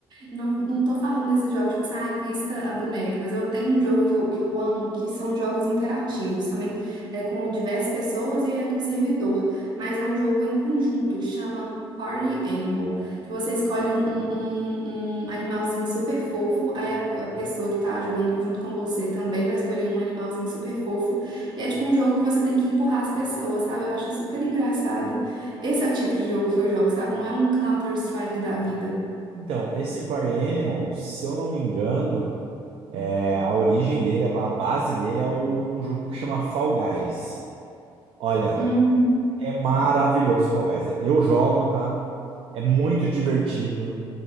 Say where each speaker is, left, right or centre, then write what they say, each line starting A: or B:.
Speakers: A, on the right; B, on the right.
A: Não, não tô falando desses jogos, tipo assim, ai, vista a boneca, mas eu tenho um jogo que eu, que eu amo, que são jogos interativos, também é com diversas pessoas e é com servidor, mas é um jogo em conjunto, que chama Party Animal. Tipo, você escolhe um, um, um- um animalzinho super fofo, aí a, a pessoa que tá jogando junto com você também vai escolher um animalzinho super fofo, e é tipo um jogo que você tem que empurrar as pessoas, sabe? Eu acho super engraçado. Esse é o tipo de jogo que eu jogo, sabe? Não é um Counter-Strike da vida.
B: Então, esse Party Animal, se eu não me engano. É, A origem dele, a a base dele é o- um jogo que chama Fall Guys. Olha,
A: Uhum.
B: é maravilhoso o Fall Guys. Eu jogo, tá? É muito divertido.